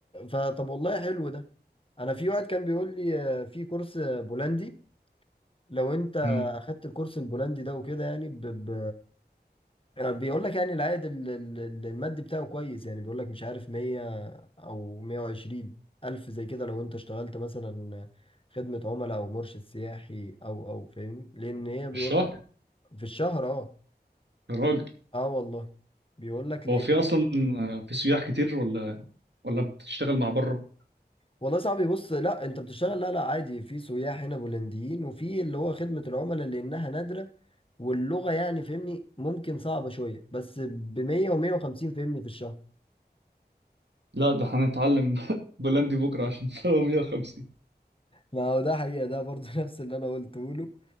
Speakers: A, on the left; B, on the right.
A: فطب والله حلو ده انا في واحد كان بيقول لي آه، في كورس آه، بولندي لو انت
B: امم
A: اخدت الكورس البولندي ده وكده يعني ب... ب... يعني بيقول لك يعني العائد ال- ال- ال- المادي بتاعه كويس يعني بيقول لك مش عارف 100 او 120 الف زي كده لو انت اشتغلت مثلا خدمة عملاء او مرشد سياحي او او فاهمني لان هي بيقول
B: في الشهر
A: لك في الشهر اه
B: يا راجل
A: اه والله بيقول لك ليه
B: هو في أصلا آه، في سياح كتير ولا ولا بتشتغل مع بره؟
A: والله صعب بص لا انت بتشتغل لا لا عادي في سياح هنا بولنديين وفي اللي هو خدمة العملاء لانها نادرة واللغة يعني فاهمني ممكن صعبة شوية بس ب 100 و 150 فاهمني في الشهر
B: لا ده هنتعلم <laughs> بولندي بكرة عشان <laughs> هو 150
A: ما هو ده حقيقة ده برضه <laughs> نفس اللي أنا قلته له